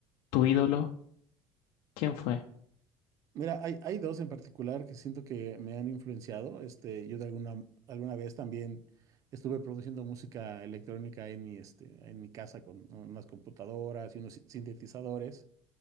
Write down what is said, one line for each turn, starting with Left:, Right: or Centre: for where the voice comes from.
Left: tu ídolo? ¿Quién fue?
Right: Mira, hay, hay dos en particular que siento que me han influenciado. Este, yo de alguna, alguna vez también estuve produciendo música electrónica en mi, este, en mi casa con unas computadoras y unos si- sintetizadores.